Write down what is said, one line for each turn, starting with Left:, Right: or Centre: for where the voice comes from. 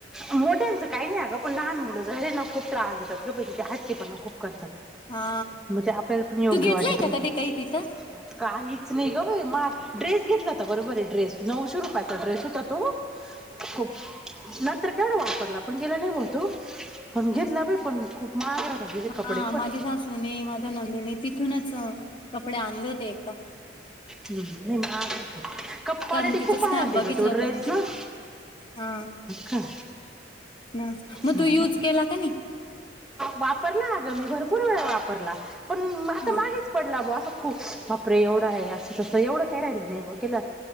Centre: मोठयाचं काही नाही अग पण लहान मुलं झाले ना खूप त्रास येतात ग तिथे हट्टीपणा खूप करतात
Left: हा
Centre: मग ते आपल्याला पण योग्य
Left: तू घेतलाय
Centre: वाटत
Left: का
Centre: नाही
Left: कधी
Centre: पण
Left: काही तिथं
Centre: काहीच नाही ग बाई महाग ड्रेस घेतला हो बरोबर आहे ड्रेस नऊशे रुपयाचा ड्रेस होता तो खूप नंतर एवढा वापरला पण गेला नाहीत पण
Left: ह
Centre: घेतला पण खूप महाग राहतात त्याचे कपडे
Left: हा
Centre: पण
Left: माझ्या सासून ने माझ्या नंदीने तिथूनच कपडे आणले होते एकदा.
Centre: हम्म, नाही महाग राहतात कप क्वालिटी
Left: कारण तिच
Centre: खूप भारी
Left: स्नॅप
Centre: राहते
Left: बघितलं
Centre: बाई तो
Left: होत
Centre: ड्रेस
Left: मी
Centre: ना हा
Left: हा.
Centre: का?
Left: ह मग
Centre: चांगला
Left: तू युज केला का नाही.
Centre: वापरला अगं मी भरपूर वेळा वापरला पण आता
Left: हा
Centre: मागेच पडला बा अस. खूप बापरे एवढं आहे असं तसं एवढं काय राहिलं नाही ब गेला.